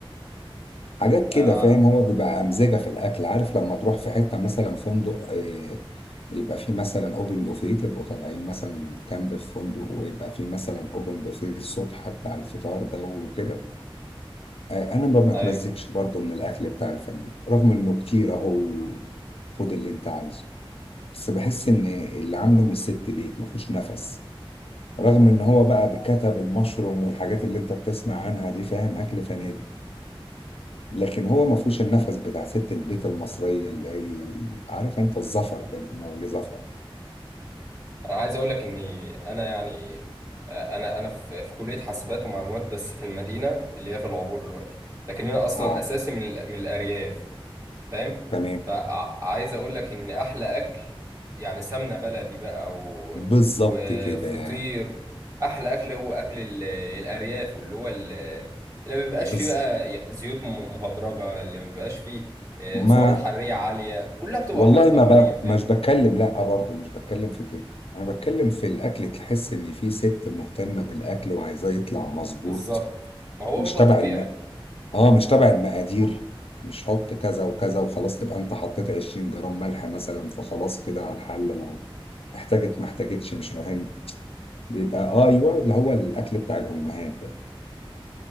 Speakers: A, on the left (about 80°); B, on the right (about 35°).
A: حاجات
B: آه
A: كده فاهم هو بيبقى أمزجة في الأكل عارف لما تروح في حتة مثلا فندق آه، يبقى فيه مثلا أوبن بوفيه تبقوا طالعين مثلا كامب في فندق ويبقى فيه مثلا أوبن بوفيه الصبح بتاع الفطار ده وكده آه، أنا ما بتمزجش
B: ايوه
A: برضه من الأكل بتاع الفنادق رغم إنه كتير أهو خد اللي أنت عاوزه بس بحس إن اللي عامله من الست بيت مفهوش نفس رغم إن هو بقى بكتب المشروم والحاجات اللي أنت بتسمع عنها دي فاهم أكل فنادق لكن هو ما فيهوش النفس بتاع ست البيت المصريه اللي هي ال- عارف انت الظفر ده اللي بنقول عليه ظفر
B: انا عايز اقول لك اني انا يعني آه، انا انا في في كلية حاسبات ومعلومات بس في المدينة اللي هي في العبور دلوقتي لكن انا اصلا
A: اه
B: اساسي من ال- من الارياف فاهم
A: تمام
B: فعايز اقول لك ان احلى اكل يعني سمنه بلدي بقى و...
A: بالظبط
B: وفطير
A: كده
B: احلى اكل هو اكل ال... الارياف واللي هو ال... اللي ما بيبقاش
A: بز...
B: فيه بقى ي- زيوت م- مهدرجه اللي ما بيبقاش فيه آه،
A: ما
B: سعرات حراريه عاليه كلها بتبقى
A: والله
B: حاجات طبيعيه
A: ما ب...
B: فاهم
A: مش بتكلم لا برضه مش بتكلم في كده انا بتكلم في الاكل تحس ان في ست مهتمه بالاكل وعايزاه يطلع مظبوط
B: بالظبط ما هو
A: مش
B: بيبقى
A: تبع
B: طبيعي
A: الم... اه مش تبع المقادير مش حط كذا وكذا وخلاص تبقى انت حطيت 20 جرام ملح مثلا فخلاص كده على الحل انا احتاجت ما احتاجتش مش مهم بيبقى اه ايوه اللي هو الاكل بتاع الامهات ده